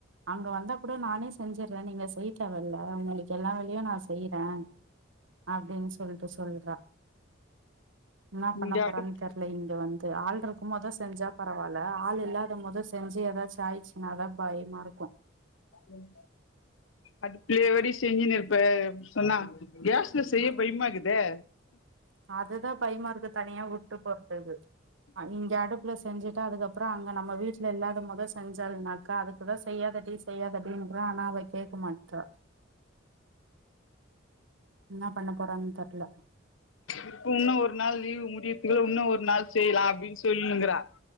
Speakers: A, on the right (about 75°); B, on the left (about 85°).
A: அங்க வந்தா கூட நானே செஞ்சட்றே நீங்க செய்ய தேவல்ல உங்களுக் எல்லா வேலையு நா செய்றே அப்டின் சொல்ட்டு சொல்றா என்னா பண்ண
B: இங்க
A: போறான்
B: அடுப்
A: தெர்ல இங்க வந்து ஆள்ருக் கும்மோதே செஞ்சா பரவால்ல ஆள் இல்லாதமோது செஞ்சு எதாச்சு ஆயிச்சுனா தா பயமா இருக்கு
B: உம் அடுப்லேவாடி செஞ்சினுர்ப்ப சொன்னா கேஸ்ல செய்ய பய்மாக்குதே
A: அதுதா பய்மா இருக்கு தனியா வுட்டு போறத்துகு இங்க அடுப்புல செஞ்சிட்டா அதுக்கப்றோ அங்க நம்ம வீட்ல இல்லாதமோது செஞ்சாள்னா க்கா அதுக்கு தா செய்யாதடி செய்யாதடின்ற ஆனா அவ கேக்க மாட்றா என்னா பண்ண போறான் தெர்ல
B: இப்ப உன்னு ஒரு நாள் லீவு முடியத்துக்குள்ள உன்னு ஒரு நாள் செய்யலா அப்டின் சொல்ன்னுக்கறா